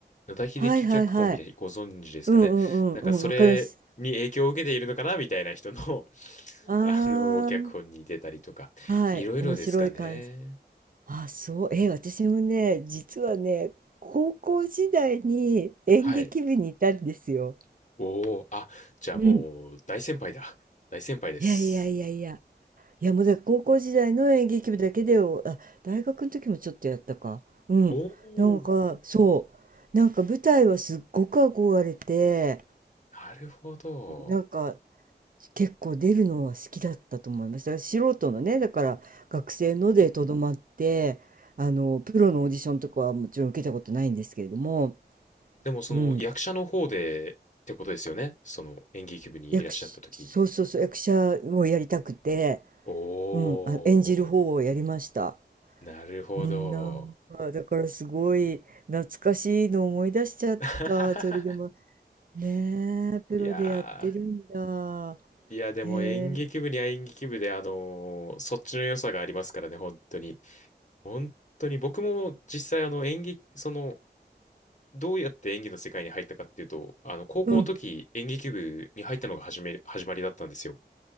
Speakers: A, on the left (about 45°); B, on the right (about 55°).
A: 野田秀樹脚本みたいにご存知ですかね。
B: はいはいはい。うんうんうんうん。
A: なんかそれに影響を受けているのかなみたいな人の
B: わかります。
A: <laughs>
B: ああ。
A: あの、脚本に出たりとか、
B: はい、
A: いろいろですかね。
B: 面白い感じ。あ、そう、え、私もね、実はね、高校時代に演劇部にいたんですよ。
A: はい。おお、あ、じゃあもう大先輩だ。
B: うん。
A: 大先輩です。
B: いやいやいやいや、いやもうだから高校時代の演劇部だけでを、あ、大学の時もちょっとやったか。うん。
A: おお、
B: なんか、そう。なんか舞台はすっごく憧れて、
A: なるほど。
B: なんか結構出るのは好きだったと思います。だから素人のね、だから学生のでとどまって、
A: うん
B: あの、プロのオーディションとかはもちろん受けたことないんですけれども、
A: でもその役者の方でってことですよね。
B: うん、
A: その演劇部にいらっしゃった時。
B: 役し、そうそうそう、役者をやりたくて、
A: おお。
B: うん、あ、演じる方をやりました。
A: なるほど。
B: うん、なんか、だからすごい懐かしいのを思い出しちゃった。
A: <laughs>
B: それでも、ねえ、プロでやってるんだ。
A: いやー、いや、でも演劇部には演劇部で、
B: へえ、
A: あのーそっちの良さがありますからね、本当に。本当に、僕も実際、あの、演劇、その、どうやって演技の世界に入ったかっていうと、あの、高校の時、
B: うん。
A: 演劇部に入ったのが始める、始まりだったんですよ。